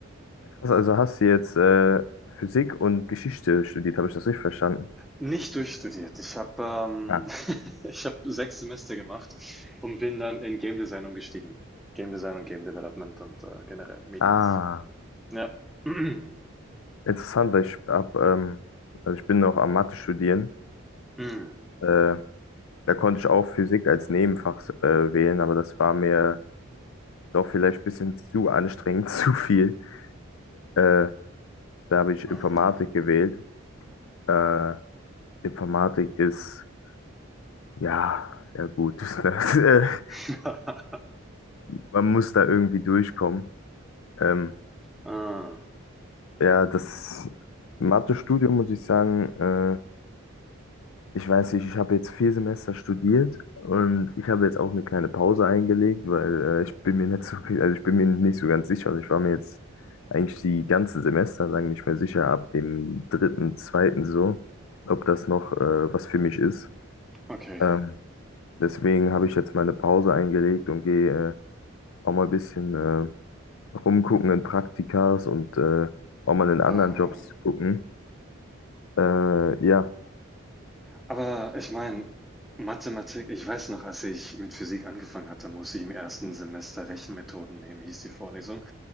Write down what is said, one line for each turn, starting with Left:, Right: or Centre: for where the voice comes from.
Left: Ja, krass, also hast du jetzt äh, Physik und Geschichte studiert, habe ich das richtig verstanden?
Centre: Nicht durchstudiert. Ich habe, ähm
Left: Ja.
Centre: <laughs> ich habe 6 Semester gemacht und bin dann in Game Design umgestiegen. Game Design und Game Development und, äh, generell Mediendesign.
Left: Ah,
Centre: Ja. <clears throat>
Left: interessant, weil ich hab, ähm, also ich bin noch am Mathe studieren.
Centre: Mhm.
Left: Äh, da konnte ich auch Physik als Nebenfach äh, wählen, aber das war mir doch vielleicht ein bisschen zu anstrengend, <laughs> zu viel. Äh, da habe ich
Centre: Mhm.
Left: Informatik gewählt. Äh, Informatik ist, ja, ja gut. <laughs> Ne?
Centre: <laughs>
Left: Man muss da irgendwie durchkommen. Ähm,
Centre: Ah,
Left: Ja, das Mathestudium muss ich sagen, äh, ich weiß nicht, ich habe jetzt vier Semester studiert und ich habe jetzt auch eine kleine Pause eingelegt, weil äh, ich bin mir nicht so, also ich bin mir nicht so ganz sicher. Also Ich war mir jetzt eigentlich die ganzen Semester lang nicht mehr sicher, ab dem dritten, zweiten so, ob das noch äh, was für mich ist.
Centre: okay.
Left: Ähm, deswegen habe ich jetzt meine Pause eingelegt und gehe äh, auch mal ein bisschen äh, rumgucken in Praktikas und äh, auch mal in anderen
Centre: Oh.
Left: Jobs gucken. Äh, ja,
Centre: Aber ich meine, Mathematik, ich weiß noch, als ich mit Physik angefangen hatte, musste ich im ersten Semester Rechenmethoden nehmen, hieß die Vorlesung.